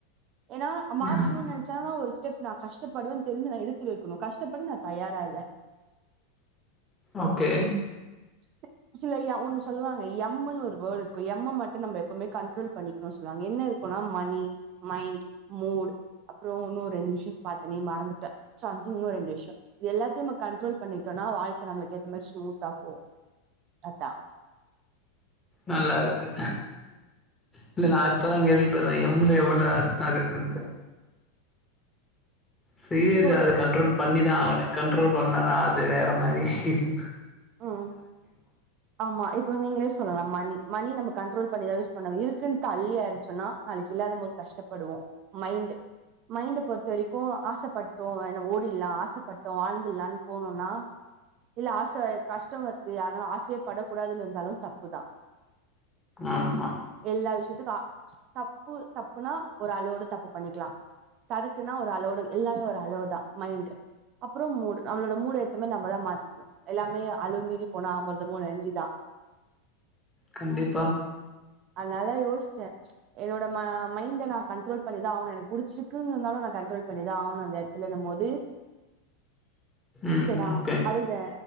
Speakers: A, on the right (about 45°); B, on the left (about 15°).
A: ஏன்னா மாத்தணும்னு
B: ம்
A: நெனைசன்னா ஒரு ஸ்டெப் நான் கஷ்டப்படுவேன்னு தெரிஞ்சு நான் எடு இப்டி இருக்கணும் கஷ்டப்பட நான் தயாராயில்லை
B: ஓகே
A: <inaudible> சில ஐயா ஒண்ணு சொல்லுவங்க எம்ன்னு ஒரு வேர்டு எம்மு மட்டும் நம்ம எப்பவுமே கண்ட்ரோல் பண்ணிக்கணும் சொல்லுவாங்க என்ன இருக்கும்னா மணி மைண்ட் மூடு அப்புறம் இன்னொரு ரெண்டு விஷயம் பாத்தேனே மறந்துட்டன் <unintelligible> இது எல்லாத்தையும் நம்ம கண்ட்ரோல் பண்ணிட்டோம்னா வாழ்க்கை நம ஏத்த மாரி ஸ்மூத்தா போகும் அதான்
B: நல்லா இருக்கு இல்ல நான் இப்பதான் கேள்வி பர்ரன் எம்ள எவ்ளோ அர்தமா இருக்குன்ட் சீரியஸ்
A: சோ
B: அது கண்ட்ரோல் பண்ணி தா ஆகனு கண்ட்ரோல் பண்ணலனா அது வேற மாரியாயிடும்
A: ம் ஆமா இப்ப நீங்களே சொல்லலாம் மணி மணி நமக் கண்ட்ரோல் பண்ணிதான் யூஸ் பண்ணணும் இருக்குன்டு அள்ளியிரது சொன்னா நாளைக்கு இல்லாத போது கஷ்டப்படுவோம் மைண்ட் மைண்ட் பொறுத்த வரைக்கும் கோ ஆசைப்பட்டோம் என்னா ஓடிலாம் ஆசைப்பட்டோம் வாழ்ந்துடலான்னு போனும்னா இல்ல ஆசை கஷ்டம் இருக்கு யாரும் ஆசையை படக்க கூடாதுன்னு இருந்தாலும் தப்பு தான்
B: ஆமா
A: எல்லா விஷயத்துக்கும் ஆ தப்பு தப்புனா ஒரு அளவோடு தப்பு பண்ணிக்கலாம் கரெட்னா ஒரு அளோடு எல்லாமே ஒரு அளவு தான் மைண்ட் அப்புறம் மூடு நம்ளோட மூடு ஏத்தமே நம்ம தான் மாத்திக்கணும் எல்லாமே அளவு மீறி போன அமிர்தமு நஞ்சு அதான்
B: கண்டிப்பா
A: அன்னால யோசுச்சே என்னோட ம மைண்ட நா கண்ட்ரோல் பண்ணிதா ஆவணு எனக்கு புடிச்சிர்க்குன் இருந்தாலு நா கண்ட்ரோல் பண்ணிதா ஆவணு அந்த எட்த்துலன்னும் போது
B: ம்
A: ஓகேதா
B: ஓகே
A: அழுதே